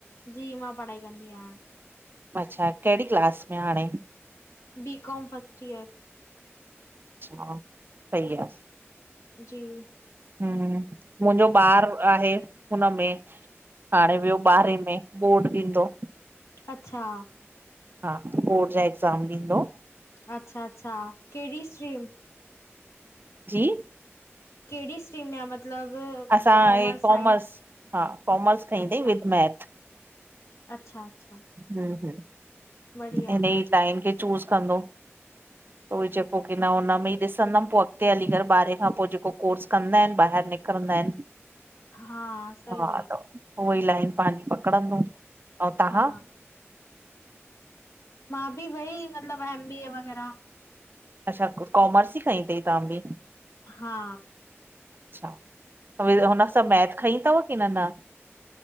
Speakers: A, on the left; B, on the right.
A: जी मां पढ़ाई कंदी आहियां।
B: अच्छा केहिड़ी क्लास में हाणे
A: बी कॉम फर्स्ट ईयर।
B: अच्छा सही आ --
A: जी --
B: हूं मुंहिंजो ॿार आहे हुनमें हाणे वियो ॿारहे में। बोर्ड ॾींदो
A: अच्छा -
B: हा बोर्ड जा एग्ज़ाम ॾींदो
A: अच्छा अच्छा केहिड़ी स्ट्रीम --
B: जी
A: केहिड़ी स्ट्रीम में आ -- मतिलबु
B: असां
A: कॉमर्स
B: हे
A: साइंस
B: हा कॉमर्स खईं
A: अच्छा
B: अथई विद मैथ
A: - अच्छा अच्छा
B: हूं हूं
A: बढ़िया
B: हिन ई लाइन खे चूज़ कंदो
A: हू
B: त उहोइ चए पयो की न हुन में ई ॾिसंदम पोइ अॻिते हली करे ॿारहें खां पोई जेको कोर्स कंदा आहिन ॿहिरि निक करंदा आहिन।
A: हा सही
B: हा
A: आ।
B: त उहो ई लाइन पाणी पकड़ंदो आऊ तांहां?
A: हा मां बि वई मतलब एम बी ए वग़ैरह।
B: अच्छा कॉमर्स ई खईं थई तां बि?
A: हा।
B: अच्छा त हुन सां मैथ खईं थव की न न।